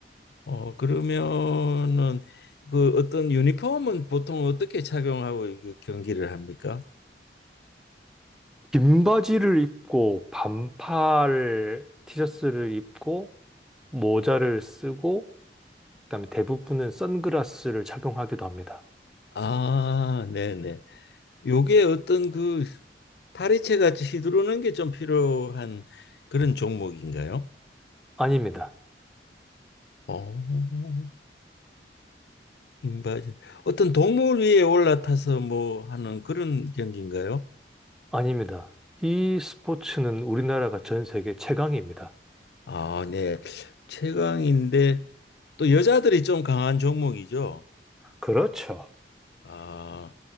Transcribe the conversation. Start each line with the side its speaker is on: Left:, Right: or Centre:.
Left: 어 그러면은 그 어떤 유니폼은 보통 어떻게 착용하고 이게 경기를 합니까?
Centre: 긴 바지를 입고 반팔 티셔츠를 입고 모자를 쓰고 그다음에 대부분은 선글라스를 착용하기도 합니다.
Left: 아, 네네. 요게 어떤 그 파리채 같이 휘두르는 게 좀 필요한 그런 종목인가요?
Centre: 아닙니다.
Left: 어, 긴 바지. 어떤 동물 위에 올라타서 뭐 하는 그런 경기인가요?
Centre: 아닙니다. 이 스포츠는 우리나라가 전 세계 최강입니다.
Left: 아, 네. 최강인데 또 여자들이 좀 강한 종목이죠.
Centre: 그렇죠.
Left: 아,